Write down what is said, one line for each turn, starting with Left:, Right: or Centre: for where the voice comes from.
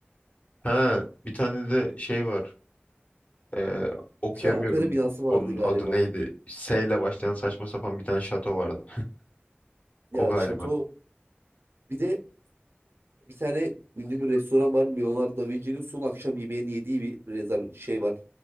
Left: Ha bir tane de şey var. Ee, okuyamıyorum.
Right: Bir tane opera binası vardı
Left: Onun
Right: galiba.
Left: adı neydi? S ile başlayan saçma sapan bir tane şato vardı. O
Right: Ya
Left: galiba.
Right: şato bir de bir tane ünlü bir restoran var. Leonardo da Vinci'nin son akşam yemeğini yediği bir rezerv şey var.